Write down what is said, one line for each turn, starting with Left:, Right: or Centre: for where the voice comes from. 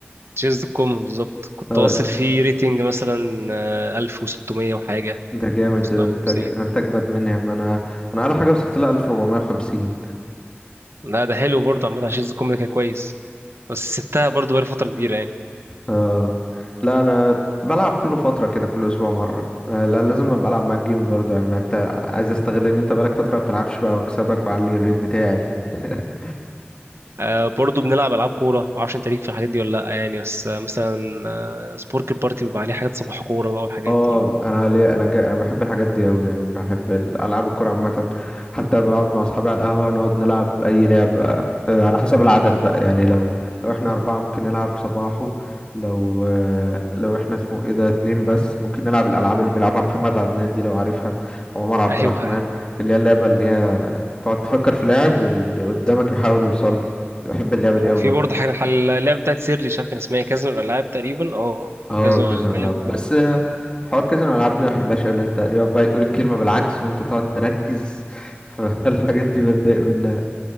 Right: تشيز دوت كوم بالظبط كنت
Left: اه
Right: واصل فيه ريتنج مثلا آه، 1600 وحاجة
Left: ده جامد
Right: 650
Left: ده انت ج- ده انت اجمد مني ما انا انا على حاجه وصلت لها 1450
Right: لا ده حلو برضه عامة على تشيز دوت كوم ده كان كويس بس سبتها برضه بقالي فترة كبيرة يعني
Left: اه لا انا بلعب كل فتره كده كل اسبوع مره آه لا لازم ابقى العب معاك جيم برضه يعني ما انت عايز استغل ان انت بقالك فتره ما بتلعبش بقى واكسبك واعلي الريت بتاعي <laughs>
Right: آه برضه بنلعب ألعاب كورة معرفش أنت ليك في الحاجات دي ولا لأ يعني بس آه مثلا آه سبورك البارتي بيبقى عليه حاجات صباح كورة بقى والحاجات
Left: اه
Right: دي و...
Left: انا ليه انا جا... انا بحب الحاجات دي قوي يعني بحب العاب الكوره عامه حتى بقعد مع اصحابي على القهوه نقعد نلعب اي لعبه آه، على حسب العدد بقى يعني لو لو احنا اربعه ممكن نلعب صباحو لو آه، لو احنا اسمه ايه ده اتنين بس ممكن نلعب الالعاب اللي بيلعبها محمد عدنان دي لو عارفها وعمر عبد
Right: <laughs> أيوه
Left: الرحمن اللي هي اللعبه اللي هي تقعد تفكر في لاعب واللي قدامك يحاول يوصل له بحب اللعبه
Right: وفي
Left: دي قوي
Right: برضه حاجة الحل- اللعبة بتاعت سيري مش عارف كان اسمها إيه، كازينو الألعاب تقريبا اه
Left: اه
Right: كازينو
Left: كازينو
Right: الألعاب
Left: العاب بس آه، حوار كازينو العاب دي ما بحبهاش اللي انت يقعد بقى يقول الكلمه بالعكس وانت تقعد تركز <laughs> فالحاجات دي بتضايق منها